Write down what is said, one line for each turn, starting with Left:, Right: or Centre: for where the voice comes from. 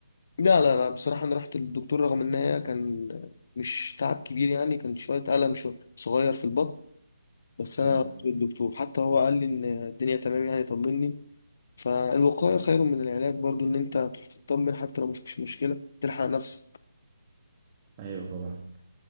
Left: لا لا لا بصراحة أنا رحت للدكتور رغم إن هي كان مش تعب كبير يعني كان شوية ألم شو صغير في البطن بس أنا
Right: امم
Left: رحت للدكتور حتى هو قال لي إن الدنيا تمام يعني طمني فالوقاية خير من العلاج برضو إن أنت تروح تطمن حتى لو مفيش مشكلة تلحق نفسك
Right: ايوه طبعا